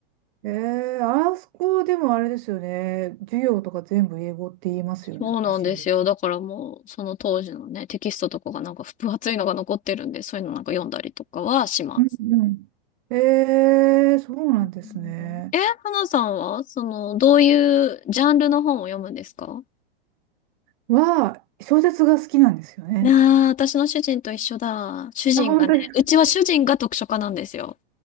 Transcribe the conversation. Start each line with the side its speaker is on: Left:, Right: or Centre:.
Right: えー、あそこでもあれですよね。授業とか全部英語って言いますよね、
Left: そうなんですよ。
Right: i c
Left: だからもう、その当時のね、テキストとかがなんか分厚いのが残ってるんで、そういうのなんか読んだりとかはします。
Right: うんうん。えー、そうなんですね。
Left: うんえ、花さんは、その、どういうジャンルの本を読むんですか
Right: は、小説が好きなんですよね。
Left: ああー、私の主人と一緒だ。主人がね、
Right: あ、本当です
Left: うちは主人が読書家なんですよ。